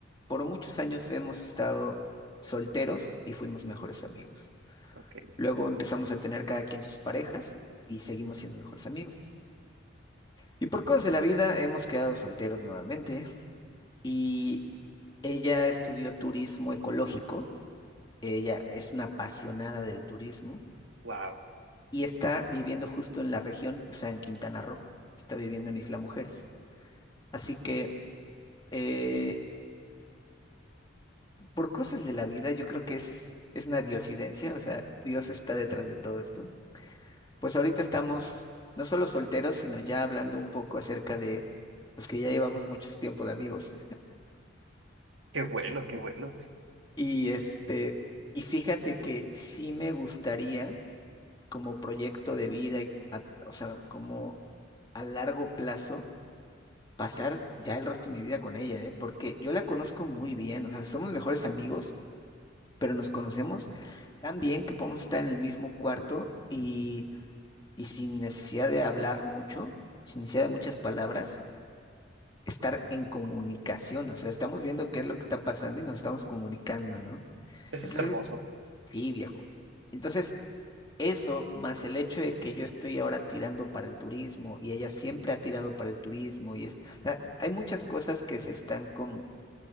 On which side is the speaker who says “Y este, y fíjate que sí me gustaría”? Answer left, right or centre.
Left